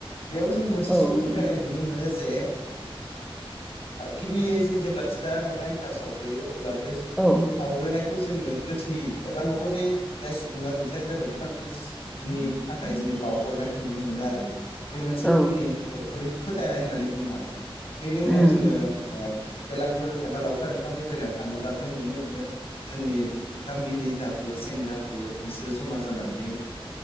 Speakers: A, on the left; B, in the centre.
A: बेयाव जोङो मोनसे
B: औ
A: सुबुं
B: नै
A: फोथायनाय नुनो मोनो जे गिबियै जों जेब्ला फिथा नङाबा एन्थाव सावग्रोयो अब्ला बे सावग्रोनाय
B: औ
A: जोङो गोथै एबा न'खरनि जाय सुबुङा रुंसारि जाबाय बिथांमोननिनि थाखाय जोङो बावहरनायखौ नुनो मोनो आरो। बे मोनसे
B: औ
A: जोंनि बर' फोरनि फोथायनाय होननानै बुंनो हागोन। बेनि उनाव
B: उम
A: जोङो बेलागुर एबा लावखार ओंखामनि बेलायाव थाङोब्ला जों नुनो मोनो जोंनि गामिनि जाफोर सेंग्राफोर बिसोरो जमा जानानै